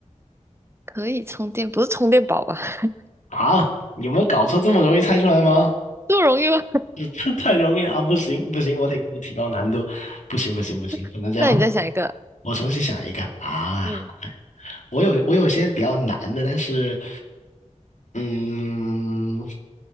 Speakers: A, on the right; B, on the left.
A: 可以充电，不是充电宝吧？<laughs>
B: 啊？有没有搞错？这么容易猜出来吗？
A: 这么容易吗？
B: <laughs> 太容易了啊！不行不行，我得给你提高难度，不行不行不行，
A: <laughs>
B: 不能这样。
A: 那你再想一个。
B: 我重新想一个啊！
A: 嗯，
B: 我有我有些比较难的，但是嗯，